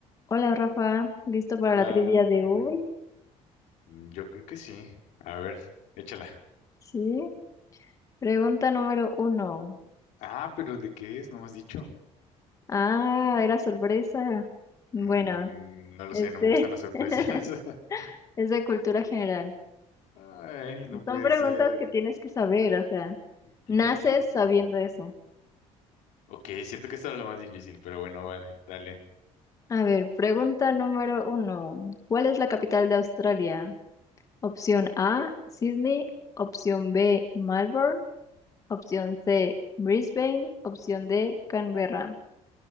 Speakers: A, on the left (about 30°); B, on the left (about 80°).
A: Hola Rafa, ¿listo para
B: Hola,
A: la trivia de
B: Mariana.
A: hoy?
B: Mm, Yo creo que sí. A ver, échala.
A: Sí. Pregunta número uno.
B: Ah, pero ¿de qué es? No me has dicho.
A: Ah, era sorpresa. Bueno,
B: Mm, no lo
A: este
B: sé, no me gustan las sorpresas.
A: <laughs>
B: <laughs>
A: es de cultura general.
B: Ay, no
A: Son
B: puede
A: preguntas
B: ser.
A: que tienes que saber,
B: Eh,
A: o sea,
B: <clears throat>
A: naces sabiendo eso.
B: Ok, siento que esta es lo más difícil, pero bueno, vale, dale.
A: A ver, pregunta número uno. ¿Cuál es la capital de Australia? Opción A, Sydney. Opción B, Melbourne. Opción C, Brisbane. Opción D, Canberra.